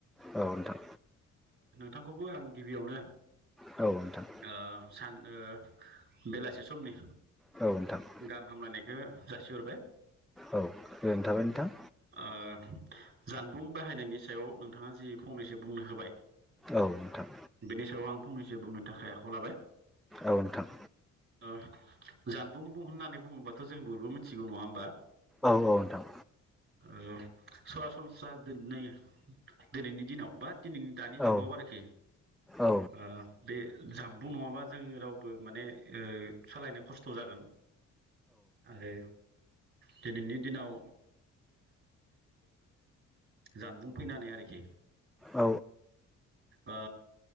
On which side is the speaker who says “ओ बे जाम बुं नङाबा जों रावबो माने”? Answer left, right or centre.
Right